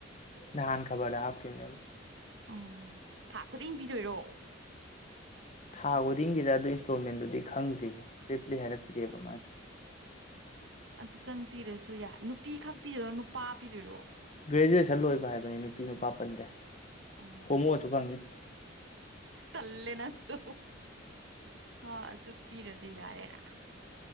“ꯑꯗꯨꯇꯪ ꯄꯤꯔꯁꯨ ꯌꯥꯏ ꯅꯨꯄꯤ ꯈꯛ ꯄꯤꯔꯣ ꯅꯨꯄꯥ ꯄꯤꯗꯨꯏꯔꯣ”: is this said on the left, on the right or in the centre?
Right